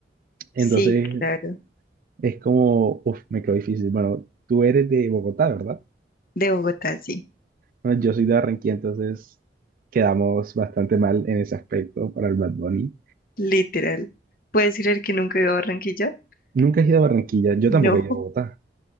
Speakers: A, on the right; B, on the left.
A: Entonces
B: sí, claro.
A: es como, uff, me quedó difícil. Bueno, tú eres de Bogotá, ¿verdad?
B: De Bogotá, sí,
A: Bueno, yo soy de Barranquilla, entonces quedamos bastante mal en ese aspecto para el Bad Bunny.
B: literal. ¿Puedes creer que nunca he ido a Barranquilla?
A: Nunca he ido a Barranquilla, yo
B: No,
A: tampoco he ido
B: <laughs>
A: a Bogotá.